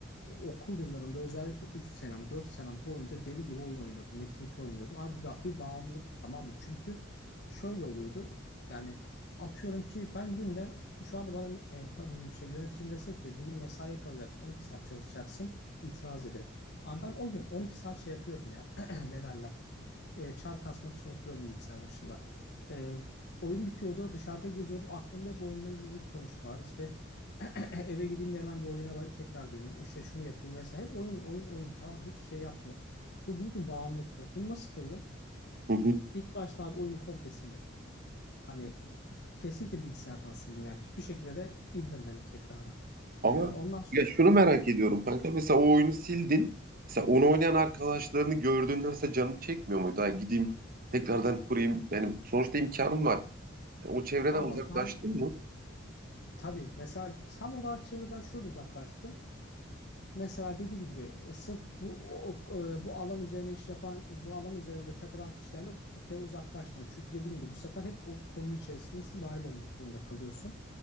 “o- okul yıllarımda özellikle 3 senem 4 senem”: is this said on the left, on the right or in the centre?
Left